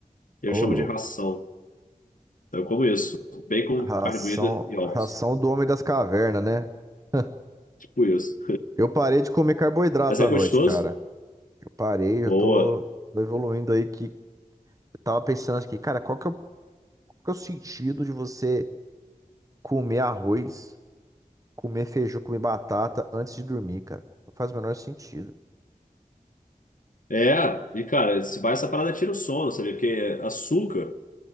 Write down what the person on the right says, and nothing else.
ô,
louco.
Ração,
ração do homem das cavernas, né? <laughs>
Eu parei de comer carboidrato
à
noite, cara. Eu parei,
eu tô, tô evoluindo aí que eu tava pensando aqui, cara, qual que é, o, qual que é o sentido de você comer arroz, comer feijão, comer batata antes de dormir, cara? Não faz o menor sentido.